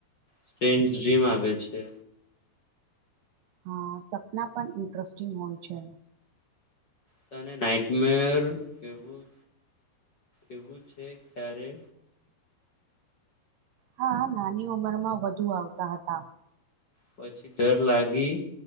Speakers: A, on the left (about 35°); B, on the right (about 70°).
A: સટ્રેન ડ્રીમ આવે છે.
B: હા સપના પણ ઇન્ટરેસ્ટિંગ હોય છે.
A: તને નાઈટમેર એવું એવું છે ક્યારે?
B: હા નાની ઉંમર માં વધુ આવતા હતા.
A: પછી ડર લાગી